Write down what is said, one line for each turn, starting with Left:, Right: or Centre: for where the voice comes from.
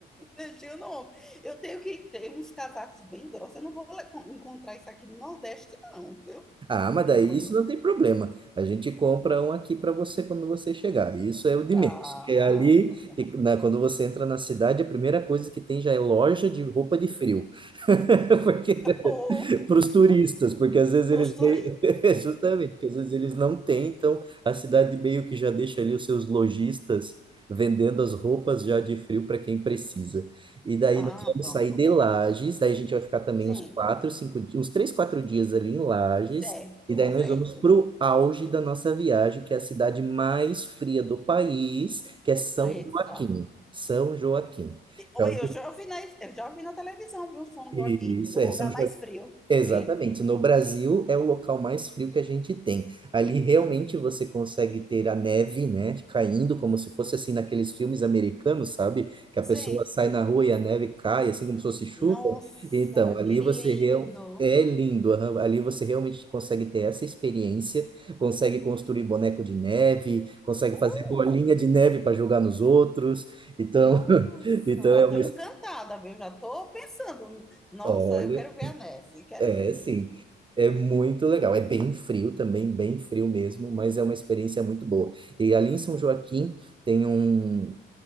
Centre: Deixa eu não. Eu tenho que ter uns casacos bem grossos. Eu não vou le- encontrar isso aqui no Nordeste, não, viu?
Right: Ah, mas
Centre: Vou.
Right: daí isso não tem problema. A gente compra um aqui para você quando você chegar. Isso é o de
Centre: Ah,
Right: menos. Porque ali,
Centre: <laughs>
Right: que- na- quando você entra na cidade, a primeira coisa que tem já é loja de roupa de frio. <laughs> Porque
Centre: ô,
Right: para os turistas, porque às vezes
Centre: postura.
Right: eles <laughs> justamente, porque às vezes eles não têm, então a cidade meio que já deixa ali os seus lojistas vendendo as roupas já de frio para quem precisa. E daí
Centre: Ah,
Right: nós vamos
Centre: pronto.
Right: sair de Lages, daí a gente vai ficar também
Centre: Sim,
Right: uns quatro, cinco, di- uns três, quatro dias ali em Lages.
Centre: certo,
Right: E daí
Centre: certo.
Right: nós vamos para o auge da nossa viagem, que é a cidade mais fria do país, que é São
Centre: Aí
Right: Joaquim.
Centre: tá.
Right: São Joaquim.
Centre: E- Oi,
Right: Já ouviu
Centre: eu já vi na, eu já vi na televisão, viu, São
Right: isso,
Centre: Joaquim? O
Right: é,
Centre: lugar
Right: São Joaquim
Centre: mais frio,
Right: Exatamente.
Centre: vi.
Right: No Brasil é o local mais frio que a gente tem. Ali realmente você consegue ter a neve, né, caindo como se fosse assim naqueles filmes americanos, sabe? Que a
Centre: Sim.
Right: pessoa sai na rua e a neve cai, assim como se fosse chuva.
Centre: Nossa,
Right: Então, ali
Centre: que lindo.
Right: você real... é lindo. aham. Ali você realmente consegue ter essa experiência, consegue construir boneco de neve, consegue
Centre: Uh,
Right: fazer bolinha de neve para jogar nos outros. Então,
Centre: nossa,
Right: <laughs> então
Centre: já
Right: é uma...
Centre: tô encantada, viu? Já tô pensando. Nossa,
Right: Olha,
Centre: eu quero ver a neve, quero
Right: É,
Centre: ver.
Right: sim. É muito legal. É bem frio também, bem frio mesmo, mas é uma experiência muito boa. E ali em São Joaquim tem um